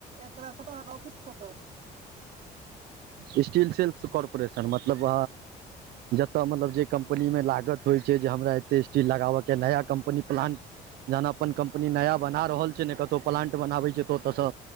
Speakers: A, on the right; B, on the right.
A: एकरा कत हन ओफिस कत् अइ
B: इस्टील सेल्स कॉर्पोरेसन मतलब जतय मतलब जे कम्पनीमे लागत होइ छै जे हमरा एतेक स्टील लगाबऽके नया कम्पनी प्लान्ट जहन अपन कम्पनी नया बना रहल छै ने कतौ प्लांट बनाबै छै तऽ ओतयसँ